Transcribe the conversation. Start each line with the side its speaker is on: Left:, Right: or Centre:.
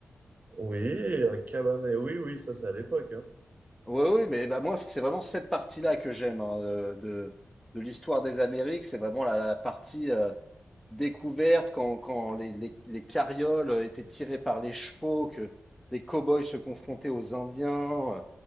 Right: Oui, un cabaret. Oui, oui, ça c'est à l'époque. hein.
Centre: Oui, oui, mais bah moi, c'est vraiment cette partie-là que j'aime hein, euh, de, de l'histoire des Amériques. C'est vraiment la, la partie euh, découverte quand, quand les, les, les carrioles euh, étaient tirées par les chevaux, que les cow-boys se confrontaient aux Indiens. euh,